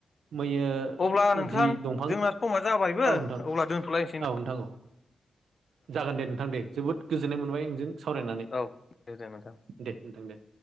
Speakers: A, on the right; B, on the left.
A: मैयो
B: अब्ला नोंथां
A: जि दंफां औ
B: जोंना समा जाबायबो
A: नोंथां औ
B: अब्ला दोनथ'लायनोसै
A: नोंथां औ जागोन दे नोंथां दे जोबोद गोजोननाय मोनबाय नोंजों सावरायनानै
B: औ औ दे जागोन नोंथां
A: दे नोंथां दे